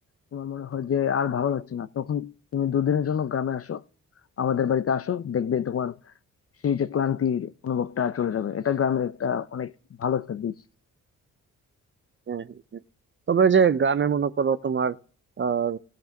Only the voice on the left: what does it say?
তোমার মনে হয় যে আর ভালো লাগছে না তখন তুমি দুদিনের জন্য গ্রামে আসো আমাদের বাড়িতে আসো দেখবে তোমার সেই যে ক্লান্তির অনুভবটা চলে যাবে এটা গ্রামের একটা অনেক ভালো একটা দিক